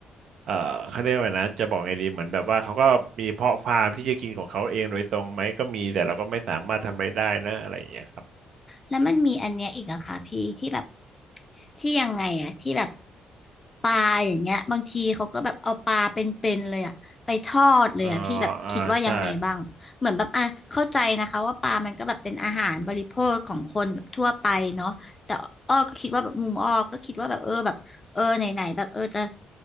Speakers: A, on the right (about 65°); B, on the left (about 30°).
A: เอ่อเขาเรียกว่าไงนะจะบอกไงดีเหมือนแบบว่าเขาก็มีเพาะฟาร์มที่จะกินของเขาเองโดยตรงไหมก็มีแต่เราก็ไม่สามารถทำอะไรได้นะอะไรอย่างเงี้ยครับ
B: แล้วมันมีอันเนี้ยอีกอะค่ะพี่ที่แบบที่ยังไงอะที่แบบปลาอย่างเงี้ยบางทีเขาก็แบบเอาปลาเป็นๆเลยอะไปทอดเลยอะพี่แบบคิดว่ายังไงบ้างเหมือนแบบอ่ะเข้าใจนะคะว่าปลามันก็แบบเป็นอาหารบริโภคของคนแบบทั่วไปเนาะแต่อ้อก็คิดว่าแบบมุมอ้อก็คิดว่าแบบเออแบบเออไหนๆแบบเออจะ
A: อ๋ออ่าใช่